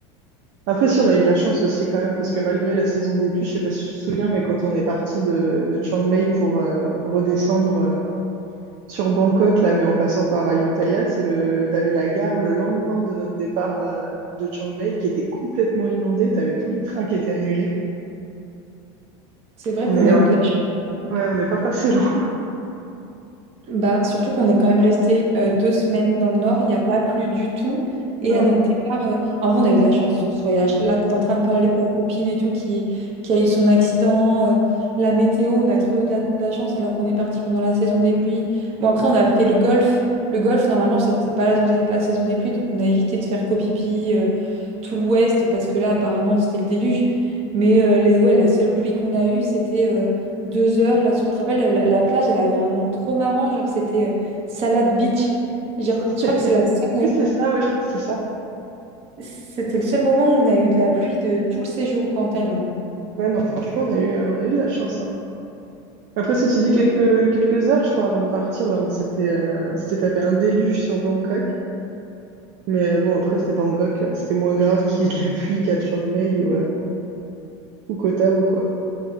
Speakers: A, on the right (about 60°); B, on the right (about 45°).
A: Après, si on a eu de la chance aussi quand même, parce que malgré la saison des pluies, je sais pas si tu te souviens, mais quand on est parti de, de Chiang Mai pour euh, redescendre euh, sur Bangkok, là, mais en passant par Ayutthaya, c'est le, t'avais la gare le lendemain de notre départ euh, de Chiang Mai qui était complètement inondée, t'avais tous les trains qui étaient annulés.
B: C'est vrai
A: On
B: qu'on
A: est,
B: a
A: ouais,
B: eu de la chance.
A: ouais, on n'est pas passé loin.
B: Bah, surtout qu'on est quand même resté euh, deux semaines dans le nord, il n'y a pas plu du tout.
A: Non.
B: Et à notre départ, euh, en vrai, on a eu de la chance sur ce voyage. Là, tu es en train de parler de ta copine et tout qui, qui a eu son accident, euh, la météo, on a trop eu de la, de la chance alors qu'on est parti pendant la saison des pluies. Bon, après, on a fait le golf. Le golf, normalement, c'était pas la, saison la saison des pluies, donc on a évité de faire copipi euh, tout l'ouest parce que là, apparemment, c'était le déluge. Mais euh, les, ouais, la seule pluie qu'on a eue, c'était. euh, deux heures là sur tu te rappelles, la, la plage elle avait un nom trop marrant genre c'était euh, Salad Beach
A: Je-
B: Genre, je crois
A: <laughs>
B: que c'est la seule-
A: Oui,
B: euh,
A: c'est ça, oui, c'est ça.
B: c'était le seul moment où on a eu de la pluie de tout le séjour quoi, en Thaïlande
A: Ouais, non, franchement, on a eu, on a eu de la chance, hein. Après, ceci
B: Donc,
A: dit, quelques, quelques heures, je crois, avant de partir, là, on s'était euh, on s'était tapé un déluge sur Bangkok. Mais euh, bon, après, c'est Bangkok, euh, c'était moins grave <laughs> qu'il y ait de la pluie qu'à Chiang Mai ou, euh, ou Koh Tao, quoi.